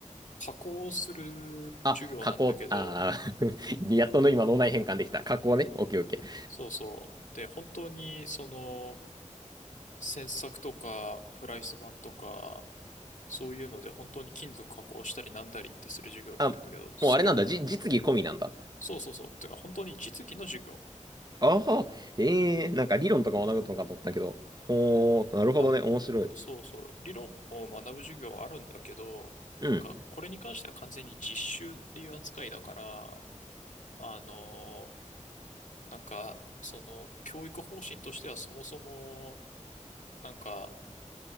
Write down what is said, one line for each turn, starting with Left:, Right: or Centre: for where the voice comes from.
Left: 加工をする授業なんだけど、
Right: あ、加工、ああ <laughs> やっとの今脳内変換できた。加工ね。オッケーオッケー。
Left: そうそう。で、本当にその、切削とか、フライス板とか、そういうので、本当に金属加工したりなんだりってする授業だけど、
Right: あ、もうあれなんだ。
Left: それ、
Right: じ、実技込みなんだ。
Left: そうそうそう。てか、本当に実技の授業。
Right: ああ、ええーなんか理論とか学ぶとかと思ったけど。ほー、なるほどね。
Left: まあ、
Right: 面白い。
Left: そうそう。理論を学ぶ授業はあるんだけど、
Right: うん。
Left: なんか、これに関しては完全に実習っていう扱いだから、あの、なんか、その、教育方針としてはそもそも、なんか、